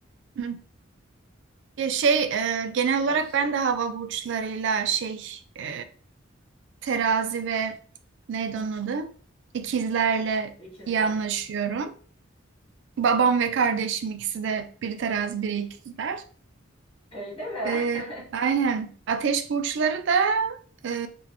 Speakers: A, on the right; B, on the left.
A: Hı Ya şey e, genel
B: arkadaşların?
A: olarak ben de hava burçlarıyla şey e, terazi ve neydi onun adı? İkizlerle
B: İkizler.
A: iyi anlaşıyorum. Babam ve kardeşim ikisi de biri terazi biri ikizler.
B: Öyle mi?
A: E,
B: <laughs>
A: aynen. Ateş burçları da e,